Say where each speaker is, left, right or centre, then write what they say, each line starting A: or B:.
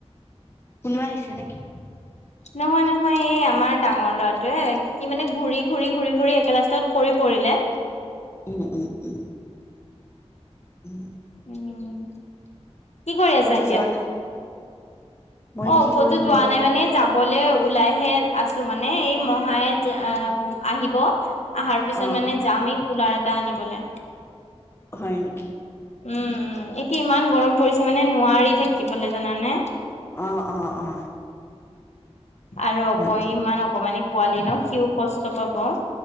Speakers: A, on the left; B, on the left.
A: কোনোবা আহিছে নেকি
B: নহয় নহয় এই আমাৰ ডাঙৰ লৰাটোৱে সি মানে ঘূৰি ঘূৰি ঘূৰি ঘূৰি একেলাষ্টত সৰি পৰিলে
A: উম উম উম উম,
B: উম কি কৰি
A: ক'তো
B: আছা এতিয়া
A: যোৱা নাই? মই
B: অ
A: কি
B: ক'তো
A: কৰিম
B: যোৱা
A: অলপ
B: নাই মানে যাবলৈ ওলাইহে আছো মানে এই মহাই আহিব অহাৰ পিছত
A: অ',
B: মানে
A: অ',
B: যাম এই কুলাৰ এটা আনিবলে
A: হয় নেকি
B: উম উম এতিয়া ইমান গৰম পৰিছে মানে নোৱাৰি থাকিবলৈ জানানে
A: আহ অ অ
B: আৰু অক
A: হয় দিয়া।
B: ইমান অকমানি পোৱালি ন সিও কষ্ট পাব